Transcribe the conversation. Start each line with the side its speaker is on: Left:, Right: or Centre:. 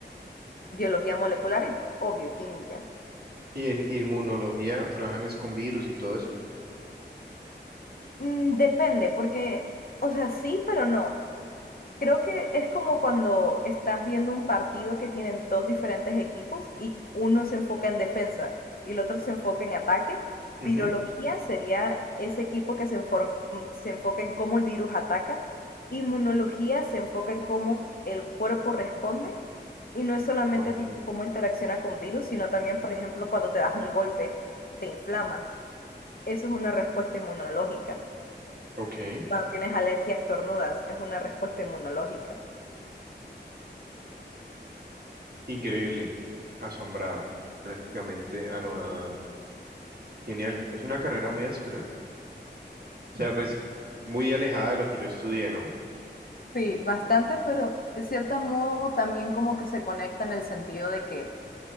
Left: biología molecular y, o bioquímica.
Right: ¿Y en inmunología trabajan es con virus y todo eso?
Left: Mm, depende, porque, o sea, sí, pero no. Creo que es como cuando estás viendo un partido que tienen dos diferentes equipos y uno se enfoca en defensa y el otro se enfoca en ataque.
Right: Ujú.
Left: Virología sería ese equipo que se, enfor- mm, se enfoca en cómo el virus ataca. Inmunología se enfoca en cómo el cuerpo responde. Y no es solamente
Right: Ok,
Left: tipo cómo interacciona con virus, sino también, por ejemplo, cuando te das un golpe, te inflamas. Eso es una respuesta inmunológica.
Right: ok.
Left: Cuando tienes alergias tornudas, es una respuesta inmunológica.
Right: Increíble. Asombrado. Prácticamente anonadado. Genial. Es una carrera muy áspera. O sea, pues muy alejada de lo que yo estudié, ¿no?
Left: Sí, bastante, pero de cierto modo también como que se conecta en el sentido de que